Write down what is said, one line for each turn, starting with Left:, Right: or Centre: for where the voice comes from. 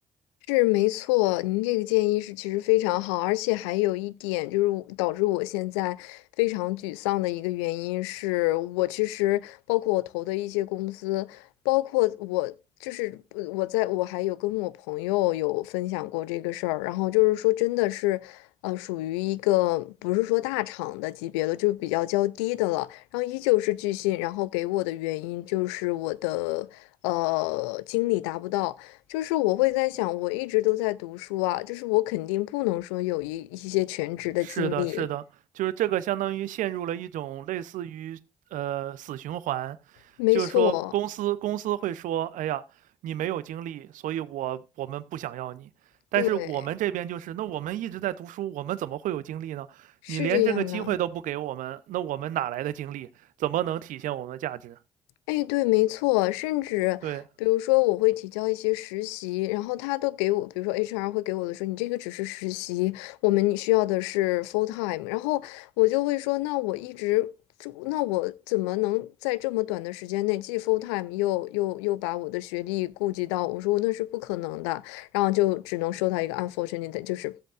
Left: 是没错，您这个建议是其实非常好，而且还有一点就是我导致我现在非常沮丧的一个原因是，我其实包括我投的一些公司，包括我就是呃我在我还有跟我朋友有分享过这个事儿，然后就是说真的是，呃，属于一个不是说大厂的级别的，就是比较较低的了，然后依旧是拒信，然后给我的原因就是我的呃经历达不到。就是我会在想，我一直都在读书啊，就是我肯定不能说有一一些全职的经历。
Right: 是的，是的，就是这个相当于陷入了一种类似于呃死循环，
Left: 没错，
Right: 就是说公司公司会说，哎呀，你没有经历，所以我我们不想要你。但是我们这边就是，
Left: 对，
Right: 那我们一直在读书，我们怎么会有精力呢？
Left: 是这样的。
Right: 你连这个机会都不给我们，那我们哪来的精力？怎么能体现我们的价值？
Left: 哎，对，没错，甚至比如说我会提交一些实习，
Right: 对
Left: 然后他都给我，比如说 HR 会给我的说，你这个只是实习，我们你需要的是 full time，然后我就会说，那我一直就，那我怎么能在这么短的时间内既 full time 又又又把我的学历顾及到？我说那是不可能的，然后就只能收到一个 unfortunate，就是